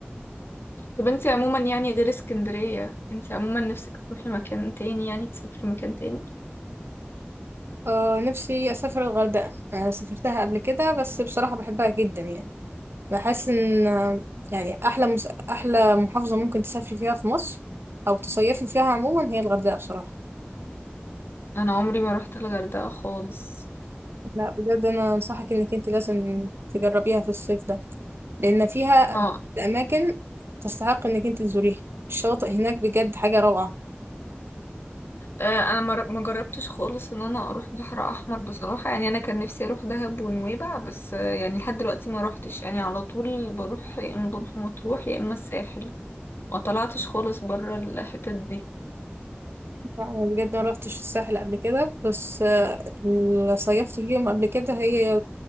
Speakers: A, on the left; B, on the right.
A: طب انت عموما يعني غير اسكندرية انت عموما نفسك تروحي مكان تاني يعني تسافري مكان تاني
B: اه نفسي اسافر الغردقة آه سافرتها قبل كده بس بصراحة بحبها جدا يعني بحس ان آه، يعني احلى مس... احلى محافظة ممكن تسافري فيها في مصر او تصيفي فيها عموما هي الغردقة بصراحة
A: انا عمري ما رحت الغردقة خالص
B: لا بجد انا انصحك انك انت لازم تجربيها في الصيف ده لان فيها
A: اه
B: اماكن تستحق انك انت تزوريها الشواطئ هناك بجد حاجه روعه
A: آه، انا ما ر- ما جربتش خالص ان انا اروح بحر احمر بصراحة يعني انا كان نفسي اروح دهب ونويبع بس آه، يعني لحد دلوقتي ما روحتش يعني على طول بروح يا اما بروح مطروح يا اما الساحل ما طلعتش خالص بره الحتت دي
B: أنا بجد ما روحتش الساحل قبل كده بس آه، اللي صيفت فيهم قبل كده هي